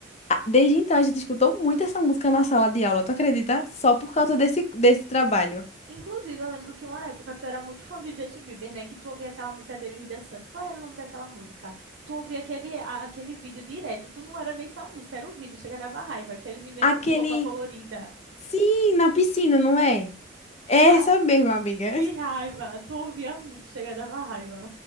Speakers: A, on the left; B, on the right.
A: a- desde então a gente escutou muito essa música na sala de aula, tu acredita? Só por causa desse, desse trabalho.
B: Inclusive, eu lembro que uma época tu era muito fã de Justin Bieber, né? Que tu ouvia aquela música dele dançando. Qual era o nome daquela música? Tu ouvia aquele, a- aquele vídeo direto. Tu não era nem só a música, era o vídeo. Chega dava raiva, que as meninas
A: Aquele,
B: estão de roupa colorida.
A: sim, na piscina, não é? É
B: Ah,
A: essa mesma, amiga.
B: que
A: <laughs>
B: raiva! Tu ouvia muito, chega dava raiva.